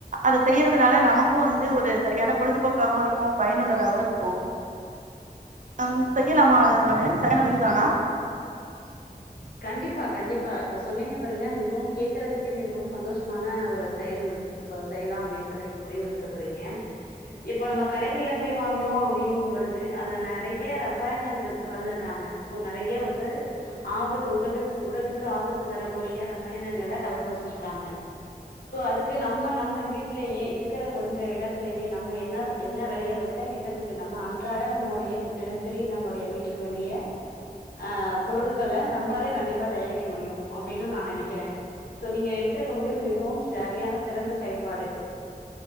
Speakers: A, on the right (about 55°); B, on the left (about 75°).
A: அத செய்யறதுனால நமக்கு வந்து ஒரு சரியான பொழுதுபோக்காவு இருக்கு பயனுள்ளதாவு இருக்குஅ ந ம் செய்யலாமா அது நானு <unintelligible>
B: கண்டிப்பா கண்டிப்பா இப்ப சொன்னீங்க பாருங்க மிகவும் கேக்குறதுக்கே மிகவும் சந்தோஷமான ஒரு செயல் இப்ப செய்லாம் அப்டின்றத நீங்க முடிவு எடுத்திருக்குறீங்க இப்ப நம்ம கடைகள்ல போய் வாங்குறோ அப்டிங்கும் பொழுது அதுல நெறைய ரசாயனங்கள் கலந்துருக்காங்க சோ நறைய வந்து ஆபத் உடலுக் உடலுக்கு ஆபத்து தரக்கூடிய ரசாயனங்கள கலந்து வச்சிருக்காங்க சோ அதுக்கு நம்ம நம்ம வீட்லயே இருக்கிற கொஞ்ச எடத்திலயே நம்ம என்ன என்ன விளைய வச்சா என்னத்துக்கு நம்ம அன்றாட நம்மடைய தினசரி நம்முடைய வீட்டுக்கு வேண்டிய அ பொருள்கள நம்மளாலே கண்டிப்பா தயாரிக்க முடியு அப்டின்னு நா நெனைக்கறே சோ நீங்க எடுத்திருக்க முடிவு மிகவும் சரியான சிறந்த செயல்பாடு